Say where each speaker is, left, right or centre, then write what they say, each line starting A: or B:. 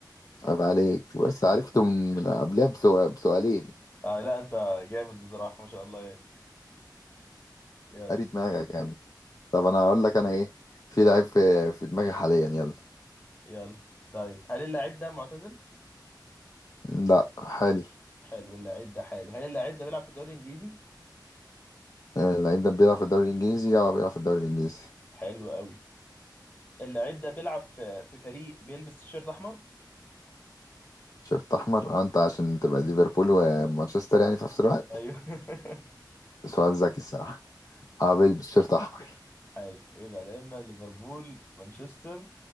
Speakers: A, on the left; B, on the left.
A: عيب عليك بس
B: طيب.
A: عرفته من من قبلها بسو- بسؤالين
B: آه لا انت جامد بصراحة ما شاء الله يعني يلا
A: قريت دماغك يعني طب انا هقول لك انا ايه في لعيب في, في دماغي حاليا يلا
B: يلا طيب هل اللاعب ده معتزل؟
A: لا حالي
B: حلو اللاعب ده حالي هل اللاعب ده بيلعب في الدوري الانجليزي؟
A: آه، اللعيب ده بيلعب في الدوري الانجليزي اه بيلعب في الدوري الانجليزي
B: حلو قوي اللاعب ده بيلعب في في فريق بيلبس تيشيرت احمر؟
A: شيرت احمر اه انت عشان تبقى ليفربول ومانشستر يعني في نفس الوقت
B: ايوه <laughs>
A: سؤال ذكي الصراحه اه بيلبس شيرت احمر
B: حلو يبقى لا اما ليفربول مانشستر